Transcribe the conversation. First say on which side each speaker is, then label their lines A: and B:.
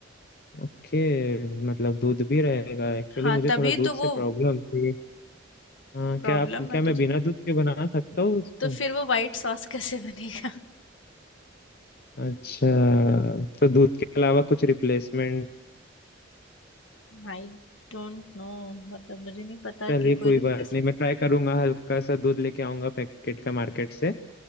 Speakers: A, on the left; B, on the left.
A: ओके मतलब दूध भी रहेगा एक्चुअली
B: हाँ
A: मुझे
B: तभी
A: थोड़ा दूध
B: तो
A: से
B: वो
A: प्रॉब्लम थी हाँ
B: प्रॉब्लम
A: क्या आप क्या
B: है
A: मैं
B: तो
A: बिना दूध के बना सकता हूँ उसको
B: तो फिर वो वाइट सॉस <laughs> कैसे बनेगा
A: अच्छा तो दूध के अलावा कुछ रिप्लेसमेंट
B: आई डोंट नो मतलब मुझे नहीं पता
A: चलिए
B: कि
A: कोई
B: कोई
A: बात
B: रिप्लेसमेंट
A: नहीं मैं ट्राई करूंगा हल्का सा दूध लेके आऊंगा पैकेट का मार्केट से